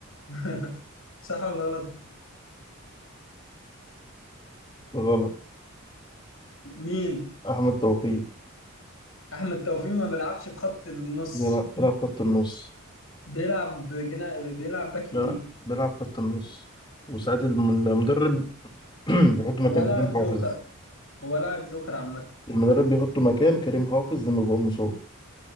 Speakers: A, on the left; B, on the left.
A: <laughs> صح ولا غلط
B: غلط
A: مين
B: أحمد توفيق
A: أحمد توفيق ما بيلعبش في خط النص
B: بيلعب بيلعب خط النص
A: بيلعب جنا... بيلعب باك
B: بيلعب
A: يمين
B: بيلعب خط النص وساعات الم- المدرب <clears throat> بيحط مكان
A: ولاعب
B: كريم
A: جوكر
B: حافظ
A: هو لاعب جوكر عامة
B: المدرب بيحط مكان كريم حافظ لما بيبقى مصاب